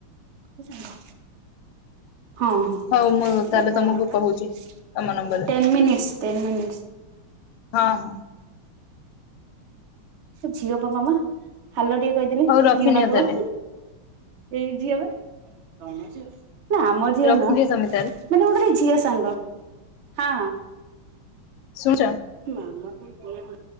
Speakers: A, on the right; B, on the left.
A: ମୋ ସାଙ୍ଗ। ହଁ ହଁ ଏଇଆ,
B: ହଉ ମୁଁ ତାହେଲେ ତମକୁ କହୁଛି
A: ଟେନ୍
B: ତମ ନମ୍ବରରେ
A: ମିନିଟ୍ସ ଟେନ୍ ମିନିଟ୍ସ।
B: ହଁ, ହଁ।
A: ସେ ଝିଅ ପା ମମା। ହାଲ ଟିକେ କହିଦେଲି
B: ହଉ ରଖିନିଅ
A: ଝିଅ ନା ପୁଅ।
B: ତାହେଲେ
A: ଏଇ ଝିଅ ବା ନା ଆମ ଝିଅ
B: ରଖିଦିଅ
A: ନୁହଁ। ମାନେ
B: ତମେ ତାହେଲେ
A: ଗୋଟେ ଝିଅ ସାଙ୍ଗ ହଁ, ହଁ।
B: ଶୁଣୁଚ।
A: ମାମା ବି <inaudible>